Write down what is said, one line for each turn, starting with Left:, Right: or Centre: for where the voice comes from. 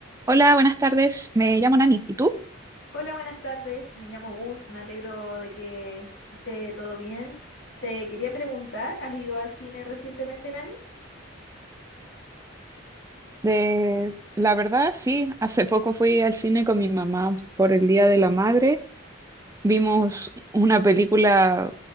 Right: Hola, buenas tardes. Me llamo Nani. ¿Y tú?
Left: Hola, buenas tardes. Me llamo Gus. Me alegro de que esté todo bien. Te quería preguntar, ¿has ido al cine recientemente, Nani?
Right: De, la verdad, sí. Hace poco fui al cine con mi mamá por el Día de la Madre. Vimos una película